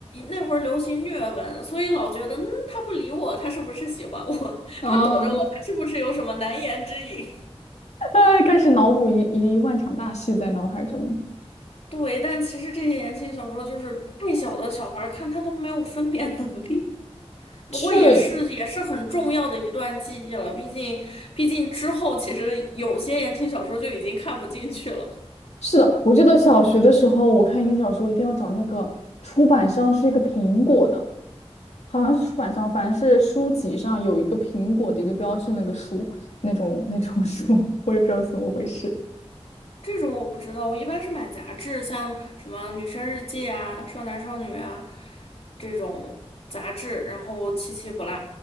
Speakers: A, on the left; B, on the left.
A: 那会儿流行虐文，所以老觉得，嗯，他不理我，他是不是喜欢我？<laughs>
B: <laughs>
A: 他躲着我，
B: 啊，
A: 他是不是有什么难言之隐？
B: 他开始脑补一一万场大戏在脑海中。
A: <laughs> 对，但其实这些言情小说就是太小的小孩儿看，他都没有分辨能力。不过也是也是很重要的一段记忆了，
B: 去，
A: 毕竟毕竟之后其实有些言情小说就已经看不进去了。
B: 是的，我记得小学的时候，我看英语小说一定要找那个出版商是一个苹果的，好像是出版商，反正是书籍上有一个苹果的一个标志，那个书那种那种书，<laughs> 我也不知道是怎么回事。
A: 这种我不知道，我一般是买杂志，像什么《女生日记》啊、《少男少女》啊这种杂志，然后七七不落。